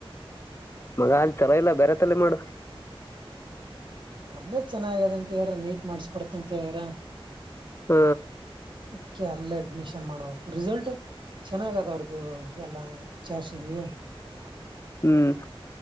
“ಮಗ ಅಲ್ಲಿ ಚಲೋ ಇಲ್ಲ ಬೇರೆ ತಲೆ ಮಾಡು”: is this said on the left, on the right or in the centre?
Left